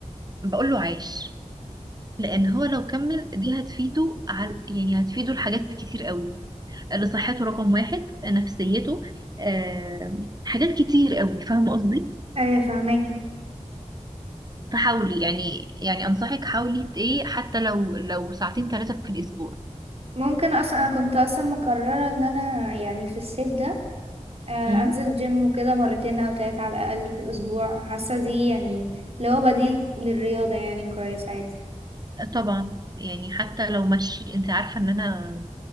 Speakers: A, on the right (about 30°); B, on the right (about 50°).
A: بقول له عاش لان هو لو كمل دي هتفيده على يعني هتفيده لحاجات كتير قوي لصحته رقم واحد نفسيته آم، حاجات كتير قوي فاهمة قصدي
B: ايوه فهماكي
A: فحاولي يعني يعني أنصحك حاولي ت- إيه حتى لو لو ساعتين ثلاثة في الأسبوع
B: ممكن اصلا انا كنت اصلا مقرره ان انا يعني في الصيف ده آه،
A: امم
B: انزل جيم وكده مرتين او تلاتة على الاقل في الاسبوع حاسه دي يعني اللي هو بديل للرياضه يعني كويس عادي
A: طبعا يعني حتى لو مشي انت عارفة ان انا